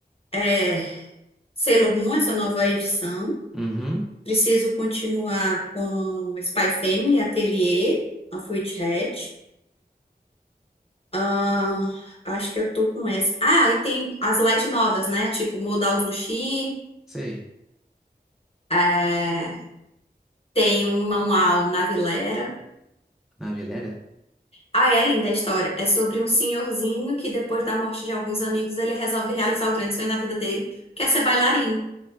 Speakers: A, on the left (about 35°); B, in the centre.
A: É, Sailor Moon, essa nova edição.
B: Uhum,
A: Preciso continuar com Spy Family, Atelier, of Witch Hat. Ah, acho que eu tô com essa. Ah, e tem as light novels, né? Tipo Modal Zushi,
B: sei.
A: é, tem um manual na Vilera.
B: Navilera?
A: Ah, é linda a história. É sobre um senhorzinho que depois da morte de alguns amigos, ele resolve realizar o grande sonho da vida dele, que é ser bailarino.